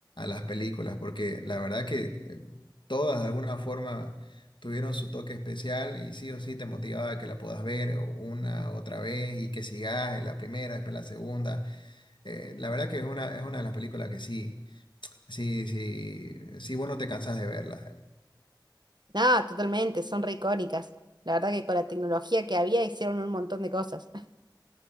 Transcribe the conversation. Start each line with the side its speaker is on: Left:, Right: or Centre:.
Left: las películas, porque la verdad que eh, todas de alguna forma tuvieron su toque especial y sí o sí te motivaba a que la puedas ver una otra vez y que sigas en la primera, después la segunda. Eh, la verdad que es una, es una de las películas que sí, sí, sí, sí, vos no te cansás de verlas.
Right: <laughs> Nada, totalmente, son re icónicas. La verdad que con la tecnología que había hicieron un montón de cosas.